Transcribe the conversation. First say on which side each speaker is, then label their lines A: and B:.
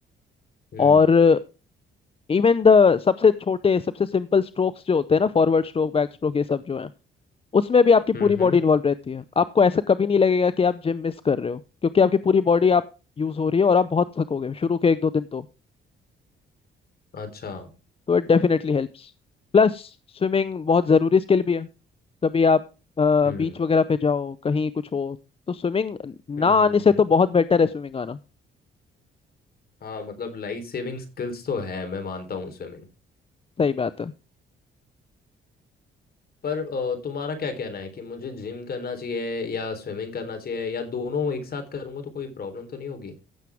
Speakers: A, on the left; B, on the left.
A: हम्म
B: और इवन द सबसे छोटे सबसे सिंपल स्ट्रोक्स जो होते हैं ना फॉरवर्ड स्ट्रोक बैक स्ट्रोक ये सब जो है उसमें भी आपकी
A: हम्म
B: पूरी
A: हम्म,
B: बॉडी इन्वॉल्व रहती है आपको ऐसा कभी नहीं लगेगा कि आप जिम मिस कर रहे हो क्योंकि आपकी पूरी बॉडी आप यूज हो रही है और आप बहुत थकोगे शुरू के एक दो दिन तो
A: अच्छा
B: तो it definitely helps Plus swimming बहुत ज़रूरी स्किल भी है कभी आप
A: हम्म
B: बीच वगैरह पे जाओ कहीं कुछ हो तो स्विमिंग
A: हम्म
B: ना
A: हम्म
B: आने से
A: हम्म।
B: तो बहुत बेटर है स्विमिंग आना
A: हाँ मतलब लाइफ सेविंग स्किल्स तो है मैं मानता हूँ स्विमिंग
B: सही बात है
A: पर अ, तुम्हारा क्या कहना है कि मुझे जिम करना चाहिए या स्विमिंग करना चाहिए या दोनों एक साथ करूँगा तो कोई प्रॉब्लम तो नहीं होगी